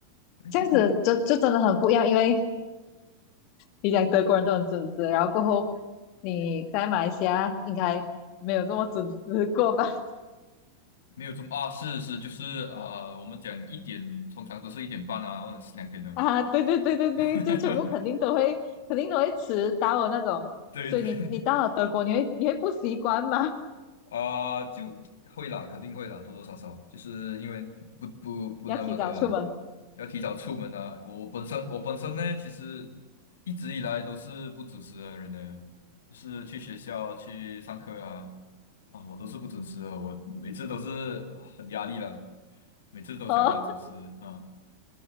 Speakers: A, on the left; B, on the left.
A: <coughs> <clears throat>
B: 这样子就就真的很不一样，因为你讲德国人都很准时，然后过后你在马来西亚应该没有这么准时过吧？
A: 没有这么啊，是是就是啊、呃我们讲一点通常都是一点半啊，或者是两点呢、
B: <laughs> 啊，对对对对对，
A: <laughs>
B: 就全部肯定都会肯定都会迟到的那种，
A: 对对。
B: 所以你你到了德国，你会你会不习惯吗？
A: 啊、就会啦，肯定会啦，多多少少，就是因为不不不那么的
B: <laughs> 要提早出门
A: 要提早出门啊。我本身我本身呢，其实一直以来都是不准时的人呢，就是去学校去上课啊啊，我都是不准时的，我每次都是啊很压力啦，每次都想要准时啊，
B: 哦。